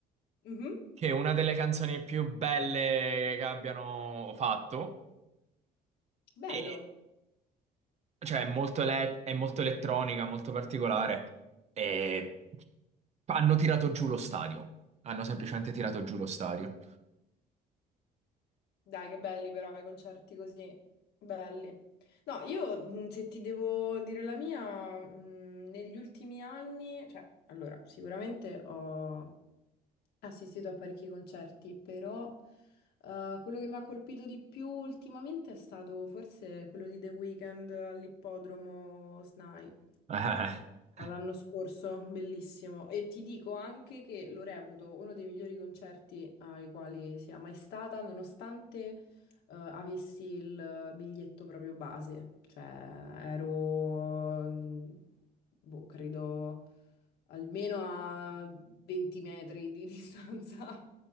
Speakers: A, on the left (about 75°); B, on the right (about 40°).
A: Mhm.
B: che è una delle canzoni più belle che abbiano fatto.
A: Bello.
B: E, cioè, è molto, ele- è molto elettronica, molto particolare. E hanno tirato giù lo stadio. Hanno semplicemente tirato giù lo stadio.
A: Dai, che belli però i concerti così. Belli. No, io mh, se ti devo dire la mia, mh, negli ultimi anni, cioè, allora, sicuramente ho assistito a parecchi concerti, però eh, quello che mi ha colpito di più ultimamente è stato forse quello di The Weeknd all'ippodromo SNAI.
B: <laughs>
A: L'anno scorso, bellissimo. E ti dico anche che lo reputo uno dei migliori concerti ai quali sia mai stata, nonostante eh, avessi il eh, biglietto proprio base, cioè ero, mm, boh, credo almeno a 20 metri di <laughs> distanza.